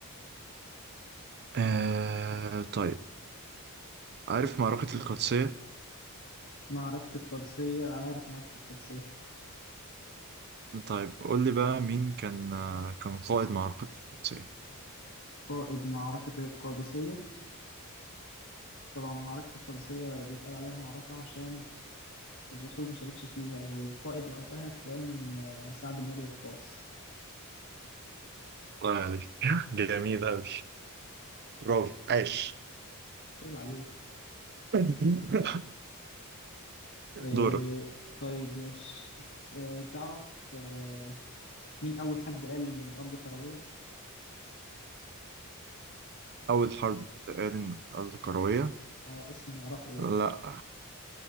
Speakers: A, on the right; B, on the left.
A: آه طيب عارف معركة القادسية
B: معركة القادسية عارف معركة القادسية
A: طيب قول لي بقى مين كان آه، كان قائد معركة القادسية
B: قائد معركة القادسية طبعا معركة القادسية بيتقال عليها معركة عشان الرسول ما شاركش فيها والقائد وقتها كان آه، سعد بن أبي وقاص
A: الله عليك جميل أوي برافو عاش
B: عيب عليك
A: <laughs>
B: آه،
A: دورك
B: طيب مش آه، تعرف آه، مين أول حد قال إن الأرض كروية؟
A: أول حرب تقال إن الأرض كروية
B: اه اسم نعرفه يعني
A: لا